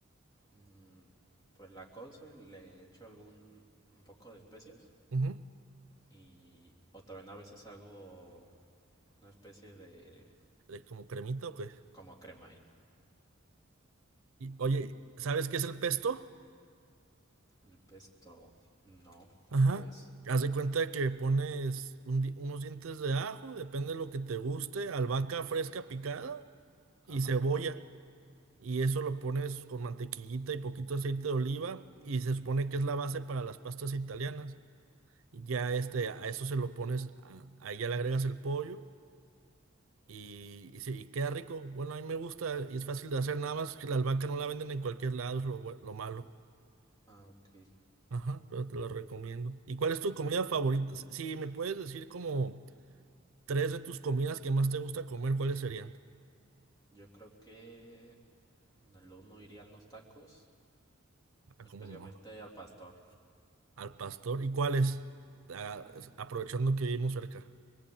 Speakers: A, on the left; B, on the right.
A: mm, pues la cozo y le echo algún un poco de especias.
B: Ujú.
A: Y, o también a veces hago una especie de
B: ¿De como cremita o qué?
A: como crema ahí.
B: Y, oye, ¿sabes qué es el pesto?
A: El pesto, no,
B: Ajá.
A: ¿qué es?
B: Haz de cuenta que pones un di- unos dientes de ajo, depende de lo que te guste, albahaca fresca picada y
A: Ajá.
B: cebolla. y eso lo pones con mantequillita y poquito aceite de oliva y se supone que es la base para las pastas italianas. Y Ya este, a eso se lo pones, a- ahí ya le agregas el pollo y, y, sí, y queda rico. Bueno, a mí me gusta y es fácil de hacer, nada más que la albahaca no la venden en cualquier lado, es lo, bue- lo malo.
A: Ah, ok.
B: Ajá, pero te lo recomiendo. ¿Y cuál es tu comida favorita? Si si me puedes decir como tres de tus comidas que más te gusta comer, ¿cuáles serían?
A: Yo creo que en el uno irían los tacos,
B: Ah,
A: especialmente
B: cómo no.
A: al pastor.
B: Al pastor. ¿Y cuáles? Ah,
A: Eh,
B: es- aprovechando que vivimos cerca.